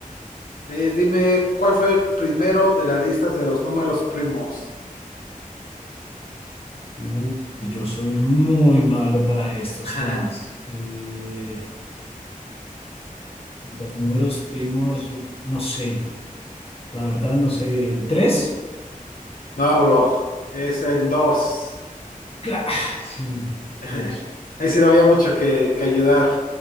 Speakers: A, on the left; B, on the left.
A: Eh, dime, ¿cuál fue el primero de las listas de los números primos?
B: Uy, yo soy muy malo para estos
A: <laughs>
B: temas. Eh, los números primos, yo no sé. La verdad, no sé. ¿El 3,
A: No, bro, es el 2.
B: Claro. Sí,
A: <laughs>
B: Dios.
A: Ahí sí no había mucho que, que ayudar.